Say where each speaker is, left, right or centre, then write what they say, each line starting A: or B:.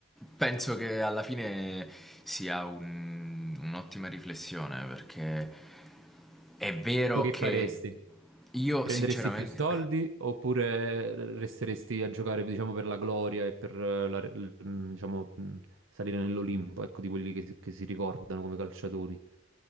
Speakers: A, in the centre; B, on the right.
A: penso che alla fine sia un- un'ottima riflessione perché è vero
B: Tu che
A: che
B: faresti?
A: io
B: Prenderesti
A: sinceramente,
B: più soldi oppure resteresti a giocare, diciamo, per la gloria e per, eh, la- l- mm, diciamo, mm, salire nell'Olimpo, ecco, di quelli che, che si ricordano come calciatori?